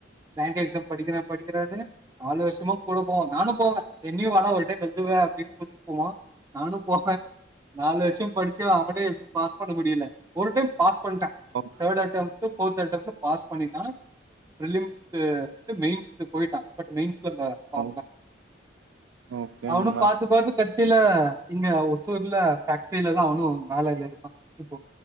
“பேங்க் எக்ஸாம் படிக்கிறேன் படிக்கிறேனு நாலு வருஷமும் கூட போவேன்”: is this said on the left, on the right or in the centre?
Right